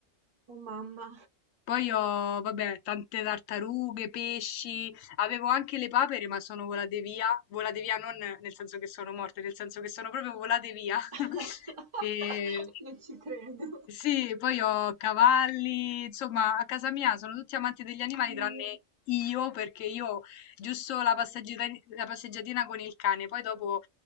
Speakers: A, on the right (about 30°); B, on the left (about 80°).
A: oh mamma.
B: poi ho, vabbè, tante tartarughe, pesci, avevo anche le papere, ma sono volate via, volate via non nel senso che sono morte, nel senso che sono proprio volate via.
A: <laughs>
B: <laughs> E...
A: Non ci credo.
B: Sì, poi ho cavalli, insomma, a casa mia sono tutti amanti degli animali
A: Io.
B: tranne io, perché io giusto la passeggiata- la passeggiatina con il cane, poi dopo